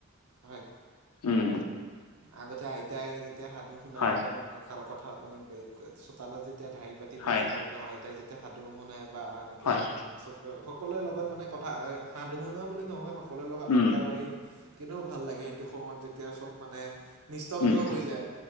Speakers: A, on the right (about 80°); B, on the left (about 85°).
A: হয়,
B: উম
A: আগতে আইতাই তেতিয়া সাধু শুনাই
B: হয়
A: বা কঁকায় কথা চোতালত যেতিয়া ঢাৰি পাতি বহি
B: হয়
A: লওঁ একদম আইতাই যেতি এয়া সাধু শুনাই বা এনেকে
B: হয়
A: চক সকলোৰে লগত মানে কথা হাঁ ধু শুনা বুলি নহয়। সকলোৰে লগত
B: উম
A: আদডা মাৰি কেনেও ভাল লাগে সেইটো সময়ত যেতিয়া সব মানে নিস্তব্ধ
B: উম
A: হৈ যায়